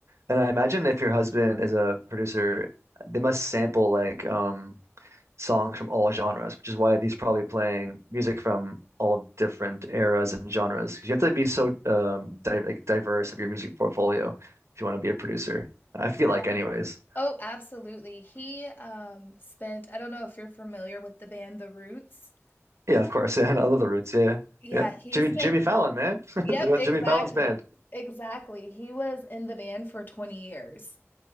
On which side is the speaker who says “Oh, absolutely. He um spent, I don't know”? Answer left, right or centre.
Left